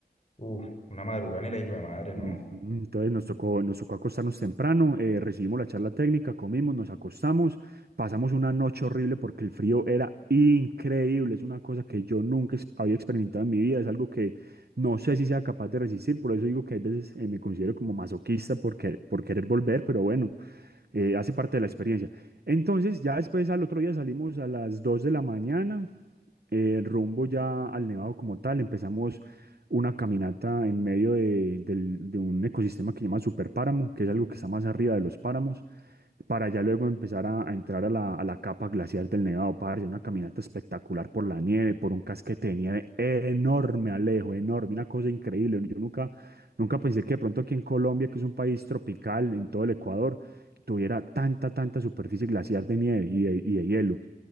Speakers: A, on the left; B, on the right.
A: Uf, una madrugada y la hijo de madre,
B: Ujú,
A: ¿no?
B: Entonces nos tocó, nos tocó acostarnos temprano, eh, recibimos la charla técnica, comimos, nos acostamos, pasamos una noche horrible porque el frío era increíble, es una cosa que yo nunca ex- había experimentado en mi vida, es algo que no sé si sea capaz de resistir, por eso digo que hay veces eh, me considero como masoquista por, quer- por querer volver, pero bueno, eh, hace parte de la experiencia. Entonces ya después al otro día salimos a las 2 de la mañana eh, rumbo ya al Nevado como tal. Empezamos una caminata en medio de, del- de un ecosistema que se llama superpáramo, que es algo que está más arriba de los páramos, para ya luego empezar a, a entrar a la, a la capa glaciar del Nevado, parce, una caminata espectacular por la nieve, por un casquete de nieve enorme, Alejo, enorme, una cosa increíble. Yo nunca, nunca pensé que de pronto aquí en Colombia, que es un país tropical, en todo el Ecuador, tuviera tanta, tanta superficie glaciar de nieve y de, y de hielo.